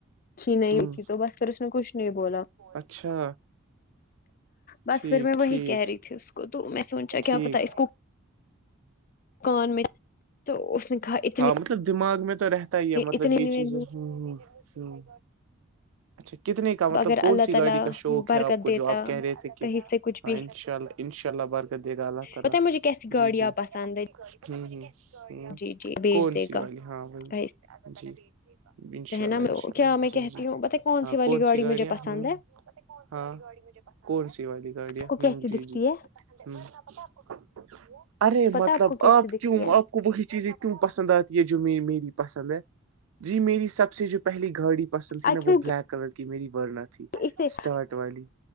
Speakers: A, on the left; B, on the right.
A: اچھی نہیں
B: ہ
A: تھی تو بس پھر اس نے کچھ نہیں بولا
B: اچھا
A: بس
B: ٹھیک
A: پھر میں وہی
B: ٹھیک
A: کہہ رہی تھی اس کو تو میں سوچا
B: ٹھیک
A: کیا پتا اس کو کان میں تو اس نے کہا اتنے
B: ہاں مطلب دماغ میں تو رہ پت ہی ہے مطلب
A: اتنے
B: یہ
A: میں
B: چیزیں ہ ہ ہ اچھا کتنے کا مطلب
A: اگر
B: کون
A: اللہ
B: سی
A: تعالی
B: گاڑی کا شوق
A: برکت
B: ہے آپ کو
A: دیتا
B: جو آپ کہہ رہے تھے کہ
A: کہیں سے کچھ بھی
B: چل انشاءاللہ برکت دے گا اللہ تعالی
A: پتا ہے مجھے کیسی گاڑیاں
B: جی جی
A: پسند ہے
B: ہ ہ ہ
A: جی جی بھیج
B: کون
A: دے
B: سی
A: گا
B: والی ہاں وہی
A: کہیں
B: جی انشاء اللہ
A: نا
B: انشاء
A: کیا
B: اللہ
A: میں
B: جی
A: کہتی
B: جی
A: ہوں بتائی کون
B: ہاں
A: سی والی گاڑی
B: گاڑیاں
A: مجھے پسند
B: ہ
A: ہے
B: ہاں کون سی والی گاڑیاں
A: کو
B: ہ
A: کیسی
B: جی
A: دکھتی
B: جی
A: ہے
B: ہ ارے
A: پتا
B: مطلب
A: کو کیسی
B: آپ
A: دکھتی
B: کیوں
A: ہے
B: آپ کو وہی چیزیں پسند آتی ہے جو میری پسند ہے جی میری سب سے جو پہلی گاڑی پسند تھی
A: اچھو
B: نا وہ بلیک کلر کی میری ورنت اسٹارٹ
A: اسے
B: والی